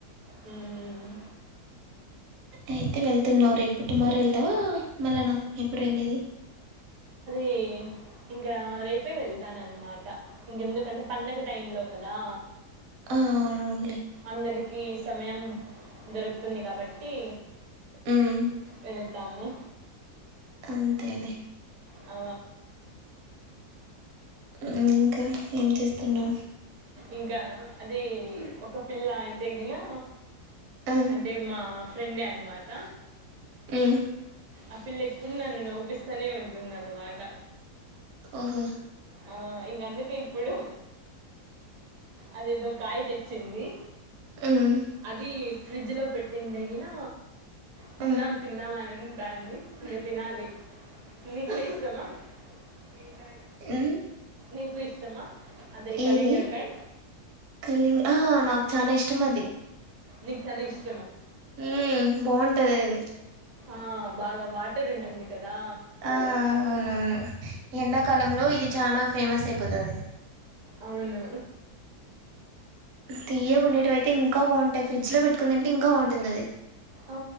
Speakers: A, on the right; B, on the right.
A: హ్మూ
B: అయితే వెళ్తున్నావు రేపు టుమారో వెళ్తావా మళ్ళనా ఎప్పుడు వెళ్ళేది?
A: ఏ ఇంగా రేపే వెళ్తానన్మాట. ఇంగెందుకంటే పండగ టైం లో క దా
B: ఆ అవునవునులే
A: అందరి కీ సమయం దొరుకుతుంది కాబట్టి
B: ఉమ్,
A: వెళ్ తాము
B: అంతేలే
A: ఆ
B: మ్మ్ ఇంకా ఏం చేస్ తిన్నా
A: ఇంకానా అది ఒక పిల్ల అయితే గినా
B: ఆ,
A: అంటే మా ఫ్రెండే అన్నమాట
B: ఉ
A: ఆ పిల్ల ఎప్పుడు నన్ను నవిపిస్తూనే ఉంటుంది అన్నమాట
B: ఓహో
A: ఆ ఇంకందుకే ఇప్పుడు అది ఏదో కాయ తెచ్చింది
B: ఉమ్,
A: అది ఫ్రిడ్జ్ పెట్టింటే గిన తిందాం
B: ఆ,
A: తిందామ అని దాన్ని ఇంగ తినాలి నీకు ఇష్టమా ఏం కాయ
B: ఉ
A: నీకు ఇష్టమా అదే కళింగరకాయ
B: ఏది కలింగ్ ఆ నాకు చానా ఇష్ మది
A: నీక్ చానా ఇష్
B: ఉ బాగుంటది అది
A: ఆ బాగా వాటర్ ఉంటుంది కదా!
B: ఆ అవునవును ఎండాకాలంలో ఇది చానా ఫేమస్ అయిపోతది
A: అవును
B: తియ్యకుండేటివి అయితే ఇంకా బాగుంటాయి ఫ్రిడ్జ్ లో పెట్టుకొని తింటే ఇంకా బాగుంటుంది అది
A: ఆ